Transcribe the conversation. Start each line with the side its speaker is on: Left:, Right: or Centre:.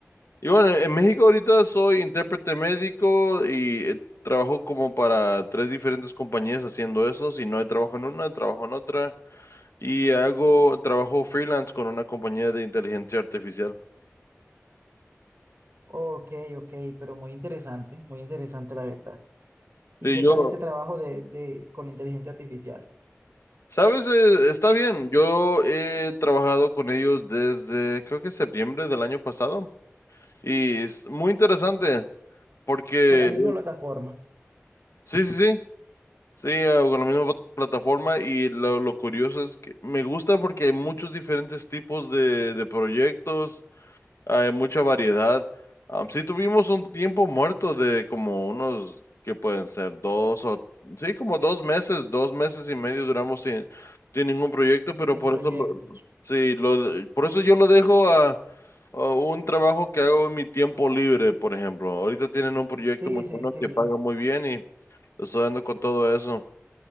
Left: Y bueno, en México ahorita soy intérprete médico y eh, trabajo como para tres diferentes compañías haciendo eso. Si no hay trabajo en una, trabajo en otra. Y hago trabajo freelance con una compañía de inteligencia artificial.
Right: Ok, ok, pero muy interesante, muy interesante la verdad. ¿Y
Left: Sí,
Right: qué
Left: yo,
Right: tal ese trabajo de, de, con la inteligencia artificial?
Left: sabes, Eh, está bien. Yo he trabajado con ellos desde creo que septiembre del año pasado. Y es muy interesante porque,
Right: Con la misma plataforma,
Left: sí, sí, sí. Sí, eh, con la misma plat- plataforma y lo, lo curioso es que me gusta porque hay muchos diferentes tipos de, de proyectos, hay mucha variedad. Am, sí tuvimos un tiempo muerto de como unos, que pueden ser dos o, sí, como dos meses, dos meses y medio duramos sin, sin ningún proyecto, pero
Right: sin
Left: por
Right: proyectos.
Left: eso, lo- sí, lo, de- por eso yo lo dejo a, a un trabajo que hago en mi tiempo libre, por ejemplo. Ahorita tienen un proyecto
Right: Sí,
Left: muy
Right: sí,
Left: bueno
Right: sí.
Left: que paga muy bien y estoy dando con todo eso.